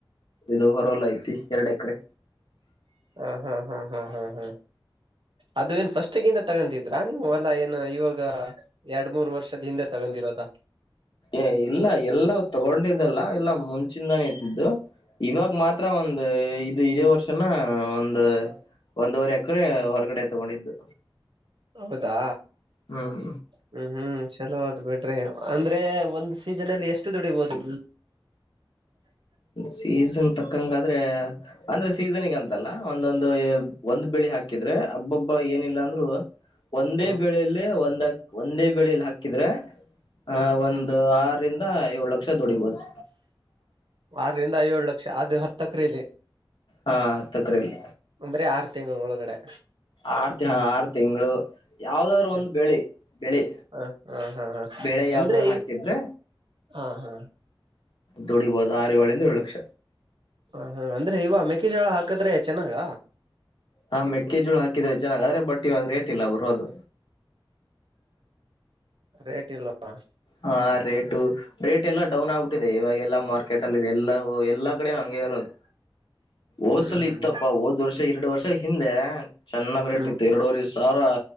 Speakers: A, on the left; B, on the right.
A: ಇದು ಹೊರಲ್ಲ ಐತಿ ಎರಡು ಎಕರೆ
B: ಹಾ ಹಾ ಹಾ ಹಾ ಹಾ ಹಾ ಅದು ಏನ್ ಫಸ್ಟ್ಗಿಿಂದ ತಗಂತಿದ್ರಾ ನೀವು ಹೊಲ್ಲ ಏನು ಇವಾಗ ಎರಡ್ ಮೂರ್ ವರ್ಷದ ಹಿಂದೆ ತಗೊಂಡ ಬಂದಿರೋದಾ
A: ಏ ಇಲ್ಲ ಎಲ್ಲ ತಗೊಂಡಿದ್ದಲ್ಲ ಎಲ್ಲಾ ಮುಂಚಿಂದಾನೇ ಇದ್ದಿದ್ದು ಇವಾಗ ಮಾತ್ರ ಒಂದು ಇದು ಇದೇ ವರ್ಷ ಒಂದು ಒಂದುವರೆ ಎಕರೆ ಹೊರಗಡೆ ತಗೊಂಡಿದ್ದು
B: ಹೌದಾ
A: ಹ್ಮ್
B: ಹ್ಮ್ ಹ್ಮ್ ಚಲೋ ಆಯಿತು ಬಿಡ್ರಿ ಅಂದ್ರೆ ಒಂದ್ ಸೀಸನ್ ಅಲ್ಲಿ ಎಷ್ಟು ದುಡಿ ಬಹುದು <inaudible>
A: ಸೀಸನ್ ತಕ್ಕಂಗ ಆದ್ರೆ ಅಂದ್ರೆ ಸೀಸನ್ಗೆ ಅಂತಲ್ಲ ಒಂದೊಂದು ಒಂದು ಬಿಳಿ ಹಾಕಿದ್ ಆದ್ರೆ ಹಬ್ಬೊಬ್ಬ ಏನಿಲ್ಲಾ ಅಂದ್ರರು ಒಂದೇ
B: ಹ್ಮ್
A: ಬೆಳೆಯಲ್ಲಿ ಒಂದ ಒಂದೇ ಬೆಳೆಲಿ ಹಾಕಿದ್ರೆ ಹಹ
B: ಹ್ಮ್
A: ಒಂದು ಆರರಿಂದ ಏಳ ಲಕ್ಷ ದುಡಿಬೋದು
B: ಆರರಿಂದ ಏಳ ಲಕ್ಷ ಅದು ಹತ್ತಕ್ರಲಿ
A: ಹ ತಕ್ರಲ್ಲಿ
B: ಬರಿ ಆರ್ ಆರ್ ತಿಂಗಳು ಒಳಗಡೆ
A: ಆರು ತಿ ಆರು ತಿಂಗಳು ಯಾವ್ದಾದ್
B: ಹ್ಮ್
A: ಒಂದು ಬೆಳಿ ಬೆಳಿ
B: ಹ ಹಾ ಹಾ ಹಾ
A: ಬೆಳೆ ಯಾವ್ದಾದ್ರು
B: ಅಂದ್ರೆ
A: ಹಾಕಿದ್ರೆ
B: ಹಾ ಹಾ
A: ದುಡಿಬೋದು ಆರು ಏಳಿಂದ ಏಳು ಲಕ್ಷ
B: ಹ ಹಾ ಅಂದ್ರೆ ಇವ ಮೆಕ್ಕೆಜೋಳ ಹಾಕದ್ರೆ ಚೆನ್ನಾಗ
A: ಹಾ ಮೆಕ್ಕೆಜೋಳ ಹಾಕಿದ್ರೆ ಚೆನ್ನಾಗ ಆದ್ರೆ ಬಟ್ ಇವಾಗ ರೇಟ್ ಇಲ್ಲ ಬರೋ ಅದು
B: ರೇಟಿಲ್ಲವಾ
A: ಹಾ ರೇಟು ರೇಟ್ ಎಲ್ಲಾ ಡೌನ್ ಆಗ್ಬಿಟ್ಟಿದೆ ಇವಾಗ ಎಲ್ಲಾ ಮಾರ್ಕೆಟ್ ಅಲ್ಲಿ ಎಲ್ಲ ಎಲ್ಲ ಕಡೆ ಹಿರೊ ದು ಓದ್ಸಲ
B: ಹ್ಮ್ ಹ್ಮ್
A: ಇತ್ತಪ್ಪಾ ಓದ್ ವರ್ಷ ಎರಡು ವರ್ಷ ಹಿಂದೆ ಚೆನ್ನಾಗ ರಟ್ಟಿತ್ತು
B: ಹ್ಮ್
A: ಎರಡುವ ಸಾವಿ ಹ